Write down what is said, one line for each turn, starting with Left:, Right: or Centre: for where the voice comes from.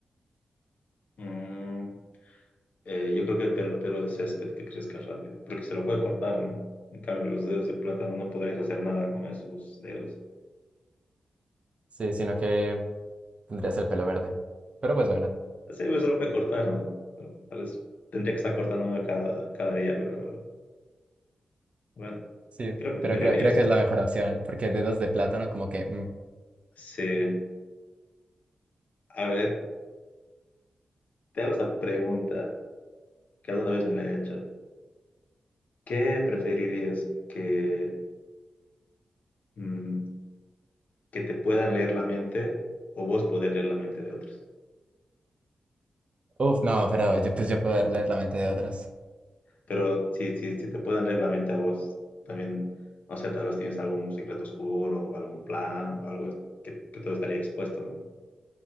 Left: Mm, Eh, yo creo que el pelo, pelo de césped que crezca rápido, porque se lo puede cortar, ¿no? En cambio, los dedos de plátano no podrías hacer nada con esos dedos.
Right: Sí, sino que tendrías el pelo verde. Pero pues bueno.
Left: Sí, pues se lo puede cortar, ¿no? Pero tal vez tendría que estar cortándome cada, cada día, pero bueno,
Right: Sí,
Left: creo que preferiría
Right: pero creo, creo
Left: eso.
Right: que es la mejor opción, porque dedos de plátano como que... mm,
Left: Sí, a ver, te hago esa pregunta que alguna vez me la he hecho. ¿Qué preferirías que, mm, que te puedan leer la mente o vos poder leer la mente de otros?
Right: Uf, no, pero yo, pues yo poder leer la mente de otras.
Left: Pero si, si, si te pueden leer la mente a vos, también, no sé, tal vez tienes algún secreto oscuro o algún plan o algo que, que todo estaría expuesto, ¿no?